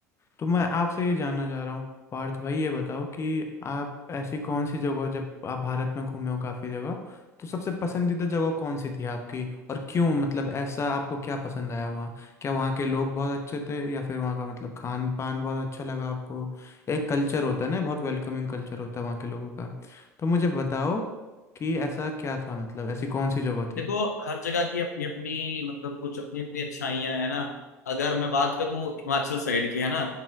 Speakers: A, on the left; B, on the left.
A: तो मैं आपसे ये जानना चाह रहा हूँ पार्थ भाई ये बताओ कि आप ऐसी कौन सी जगह जब आप भारत में घूमे हो काफ़ी जगह तो सबसे पसंदीदा जगह कौन सी थी आपकी और क्यों मतलब ऐसा आपको क्या पसंद आया वहाँ क्या वहाँ के लोग बहुत अच्छे थे या फिर वहाँ का मतलब खान पान बहुत अच्छा लगा आपको एक कल्चर होता है ना बहुत वेलकमिंग कल्चर होता है वहाँ के लोगों का तो मुझे बताओ कि ऐसा क्या था मतलब ऐसी कौन सी जगह थी
B: देखो हर जगह की अपनी अपनी मतलब कुछ अपनी अपनी अच्छाइयां है ना अगर मैं बात करूं हिमाचल साइड की है ना